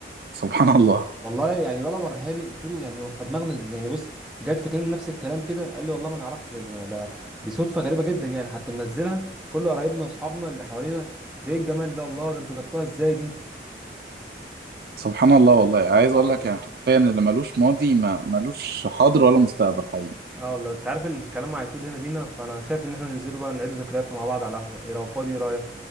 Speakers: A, on the right; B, in the centre.
A: سبحان الله
B: والله يعني ولا وريها لي قلت له يعني هو احنا دماغنا يعني بص جت في كلمه نفس الكلام كده قال لي والله ما نعرفش ده ده- دي صدفه غريبه جدا يعني حتى منزلها كل قرايبنا واصحابنا اللي حوالينا ده ايه الجمال ده الله ده انتوا جبتوها ازاي دي
A: سبحان الله والله عايز
B: اه
A: اقول لك
B: والله
A: يعني حرفيا اللي ملوش ماضي ما ملوش حاضر ولا مستقبل حقيقي
B: اه والله انت عارف الكلام هيطول هنا بينا فانا شايف ان احنا ننزلوا بقى نعيد ذكرياتنا مع بعض على القهوة إيه لو فاضي ايه رأيك